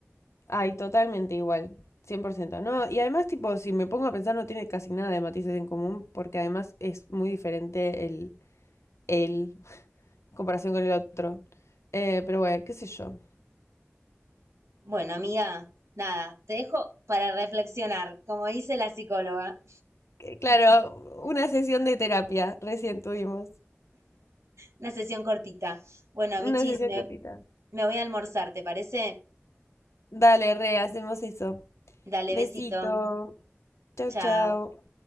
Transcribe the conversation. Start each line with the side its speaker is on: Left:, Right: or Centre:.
Left: Ay, totalmente igual. cien por ciento ¿no? Y además, tipo, si me pongo a pensar, no tiene casi nada de matices en común, porque además es muy diferente el, el en comparación con el otro. Eh, pero bueno, qué sé yo.
Right: Bueno, amiga, nada, te dejo para reflexionar, como dice la psicóloga,
Left: Eh, Claro, una sesión de terapia recién tuvimos.
Right: una sesión cortita. Bueno, Michis,
Left: Una sesión
Right: me,
Left: cortita.
Right: me voy a almorzar, ¿te parece?
Left: Dale, re, hacemos eso.
Right: Dale
Left: Besito.
Right: besito,
Left: Chau,
Right: chao.
Left: chau.